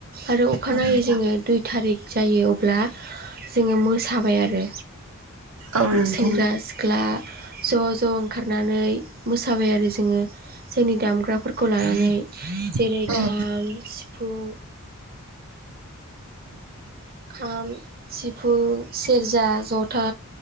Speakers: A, on the right; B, on the right.
A: आरो अखानायै
B: औ नोंथां
A: जोङो दुइ थारिक जायो अब्ला जोङो मोसाबाय आरो।
B: औ। नोंथां
A: सेंग्रा सिख्ला ज' ज' ओंखारनानै मोसाबाय आरो जोङो जेन दामग्राफोरखौ लानानै जेरै
B: उम
A: खाम, सिफुं, खाम, सिफुं, सेरजा, जथा,